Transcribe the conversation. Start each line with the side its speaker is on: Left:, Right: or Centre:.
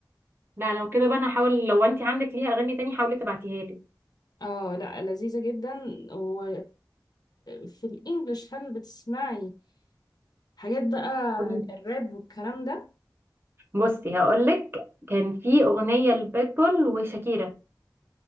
Right: لا لو كده بقى انا هحاول لو انت عندك ليها اغاني تاني حاولي تبعتيها لي
Left: اه لا لذيذة جدا و... في الانجليش هل بتسمعي حاجات بقى
Right: قولي لي
Left: الراب والكلام ده
Right: بصي هقول لك كان في اغنيه لبيتبول وشاكيرا